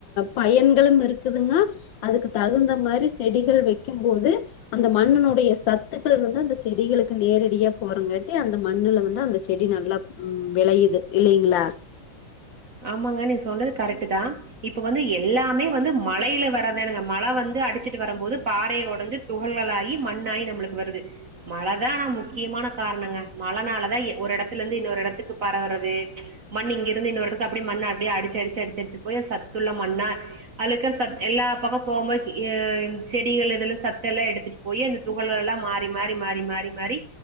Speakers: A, on the left; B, on the right.
A: பயன்களும் இருக்குதுங்க அதுக்கு தகுந்த மாரி செடிகள் வைக்கும்போது அந்த மண்ணனுடைய சத்துக்கள் வந்து அந்த செடிகளுக்கு நேரடியா போறங்கட்டி அந்த மண்ணுல வந்து அந்த செடி நல்லா உம் விளையுது இல்லலைங்களா
B: ஆமாங்க நீங்க சொன்னது கரெக்ட் தான் இப்ப வந்து எல்லாமே வந்து மழையில வரதானுங்க மழை வந்து அடிச்சிட்டு வரும்போது பாறைய உடைஞ்சு துகள்களாயி மண்ணாயி நம்மளுக்கு வருது மழதா ஆனா முக்கியமான காரணங்க மழனாலதா ஒரு எடத்துல இருந்து இன்னோரு எடத்துக்கு பரவுறது மண் இங்கிருந்து இன்னோருக்கு அப்புடி மண்ண அப்டியே அடிச்சு அடிச்சு அடிச்சுடிச்சு போய் சத்துள்ள மண்ணா அலுக்கா எல்லா பக்கோ போகும்போது எ செடிகள் எதுலா சத்து எல்லா எடுத்துட் போய் அந்த துகள்கள் எல்லா மாறி மாறி மாறி மாறி மாறி